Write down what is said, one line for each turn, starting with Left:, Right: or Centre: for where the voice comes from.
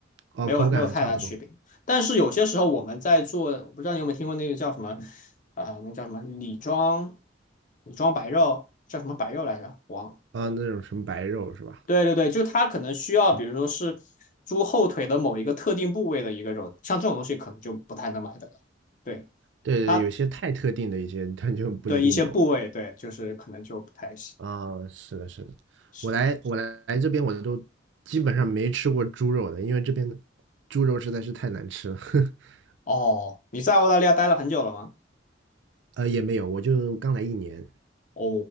Right: 哦，
Left: 没有没有太大区别。
Right: 口感还差不多
Left: 但是有些时候我们在做，我不知道你有没有听过那个叫什么，啊、呃那叫什么李庄，李庄白肉叫什么白肉来着？忘了
Right: 啊，那种什么白肉是吧？
Left: 对对对，就它可能需要，比如说是猪后腿的某一个特定部位的一个肉，像这种东西可能就不太能买得到。对
Right: 对对，
Left: 它，
Right: 有些太特定的一些，它就不一定有。
Left: 对一些部位，对就是可能就不太行。
Right: 啊，是的，是的，
Left: 是
Right: 我来我来来这边我都基本上没吃过猪肉的，因为这边的猪肉实在是太难吃了。<laughs>
Left: 哦，你在澳大利亚待了很久了吗？
Right: 呃，也没有，我就刚来一年，
Left: 哦